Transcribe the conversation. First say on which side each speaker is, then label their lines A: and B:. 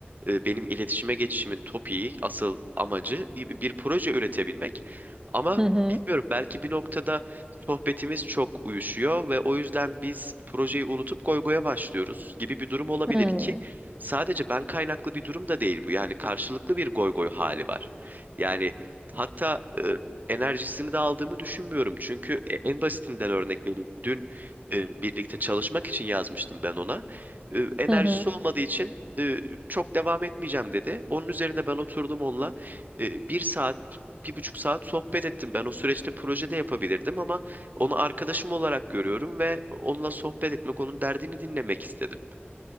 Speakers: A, on the right; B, on the right.
A: e, benim iletişime geçişimin topiği, asıl amacı bir bir proje üretebilmek. Ama
B: Hı hı.
A: bilmiyorum belki bir noktada sohbetimiz çok uyuşuyor ve o yüzden biz projeyi unutup goygoya başlıyoruz gibi bir durum olabilir
B: Hı hı.
A: ki sadece ben kaynaklı bir durum da değil bu. Yani karşılıklı bir goygoy hali var. Yani hatta e, enerjisini de aldığımı düşünmüyorum. Çünkü e, en basitinden örnek vereyim. Dün e, birlikte çalışmak için yazmıştım ben ona. E, enerjisi
B: Hı hı.
A: olmadığı için e, çok devam etmeyeceğim dedi. Onun üzerine ben oturdum onunla e, bir saat, bir buçuk saat sohbet ettim. Ben o süreçte projede yapabilirdim ama onu arkadaşım olarak görüyorum ve onunla sohbet etmek, onun derdini dinlemek istedim.